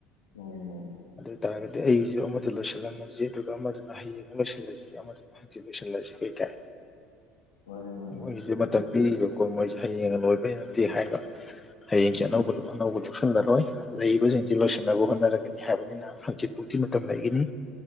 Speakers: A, on the left; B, on the left.
A: ꯑꯣ
B: ꯑꯗꯨ ꯑꯣꯏꯇꯥꯥꯔꯒꯗꯤ ꯑꯩꯒꯤꯁꯨ ꯑꯃꯗ ꯂꯣꯏꯁꯤꯜꯂꯝꯃꯁꯤ ꯑꯗꯨꯒ ꯑꯃꯗꯨꯅ ꯍꯌꯦꯡ ꯑꯃ ꯂꯣꯏꯁꯤꯜꯂꯁꯤ ꯑꯃꯗꯨꯅ__ ꯍꯧꯖꯤꯛ ꯂꯣꯢꯁꯤꯟꯂꯁꯤ ꯀꯩꯀꯥꯏ꯫
A: ꯃꯥꯅꯦ ꯃꯥꯅꯦ
B: ꯃꯣꯏꯒꯤꯁꯨꯦ
A: ꯑꯗꯨꯃꯥꯏꯅ
B: ꯃꯇꯝ ꯄꯤꯔꯤꯕꯀꯣ
A: ꯇꯧꯁꯤ
B: ꯃꯣꯏꯁꯦ ꯍꯌꯦꯡꯅ ꯂꯣꯏꯕꯩ ꯅꯠꯇꯦ ꯍꯥꯏꯕ ꯍꯌꯦꯡꯁꯦ
A: ꯎꯝ
B: ꯑꯅꯧꯕ ꯂꯣ__ ꯑꯅꯧꯕ ꯂꯧꯁꯤꯜꯂꯔꯣꯏ꯫ ꯂꯩꯔꯤꯕꯁꯤꯡꯁꯤ ꯂꯣꯏꯁꯤꯟꯅꯕ ꯍꯣꯠꯅꯔꯒꯅꯤ ꯍꯥꯏꯕꯅꯤꯅ ꯍꯪꯆꯤꯠ ꯄꯨꯨꯡꯊꯤ ꯃꯇꯝ ꯂꯩꯒꯤꯅꯤ꯫